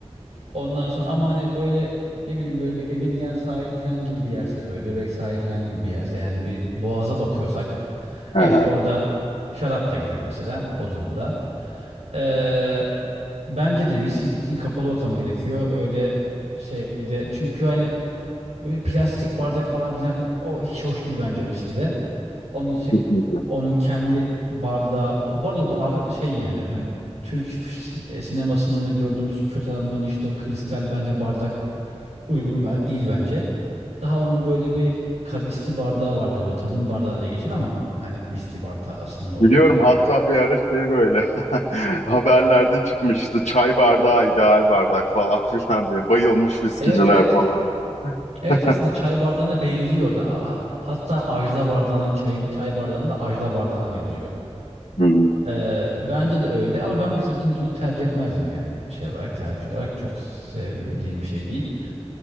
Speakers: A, on the right; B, on the left.
A: Ondan sonra ama hani böyle ne bileyim böyle bir Emirgan sahili filan gibi bir yerse böyle Bebek sahili filan gibi bir yerse yani bir boğaza bakıyorsak
B: <laughs>
A: evet
B: Aha,
A: orada şarap da gider mesela o durumda. Ee, bence de viski için kapalı ortam gerekiyor. Öyle şeyde çünkü hani Böyle plastik bardak falan filan o hiç hoş değil bence viskide. Onun için
B: kesinlikle.
A: onun kendi bardağı, bu arada o bardak da şey yani hani Türk si- e, sinemasında gördüğümüz kötü adamların işte o kristal bence bardak uygun bir bardak değil bence. Daha onun böyle bir kavisli bardağı vardı böyle tadım bardağı diye geçer ama hani viski bardağı aslında olur
B: Biliyorum
A: ya.
B: hatta bir ara şey böyle <laughs> haberlerde çıkmıştı çay bardağı ideal bardak falan filan diye bayılmış viskiciler
A: Evet evet.
B: falan.
A: Evet
B: <laughs>
A: aslında çay bardağına benziyor da. Ha- Hatta ajda bardağına çayın çay bardağına da ajda bardağına benziyor.
B: Hı
A: Ee, bence de öyle ama ben mesela gin tonic tercih etmezdim yani şey olarak tercih olarak çok sevdiğim bir şey değil.